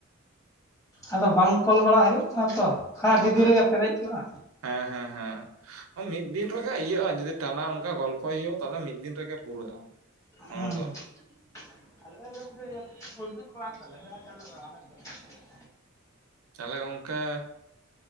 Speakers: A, on the left; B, on the right.
A: ᱟᱫᱚ ᱵᱟᱝ ᱠᱚᱞ ᱵᱟᱲᱟ ᱦᱳᱭᱳᱜ ᱠᱟᱱᱟ ᱛᱚ, ᱠᱷᱟᱡ
B: ᱚ
A: ᱟᱹᱰᱤ ᱫᱤᱱ
B: ᱦᱮᱸ
A: ᱨᱮᱜᱮ ᱯᱮᱨᱮᱡ ᱠᱚᱜᱼᱟ᱾
B: ᱦᱮᱸ ᱦᱮᱸ ᱦᱮᱸ ᱢᱤᱫ ᱫᱤᱱ ᱨᱮᱜᱮ ᱤᱭᱟᱹᱜᱼᱟ ᱡᱩᱫᱤ ᱴᱟᱱᱟ ᱚᱱᱠᱟ ᱜᱚᱞᱯᱚᱭ ᱦᱳᱭᱳᱜᱼᱟ ᱛᱟᱦᱚᱞᱮ ᱢᱤᱫ ᱫᱤᱱ ᱨᱮᱜᱮ ᱯᱩᱨᱟᱹᱜᱼᱟ ᱚᱱᱟ
A: ᱦᱩᱸ
B: ᱫᱚ᱾
A: <inaudible>
B: ᱛᱟᱦᱚᱞᱮ ᱜᱚᱝᱠᱮ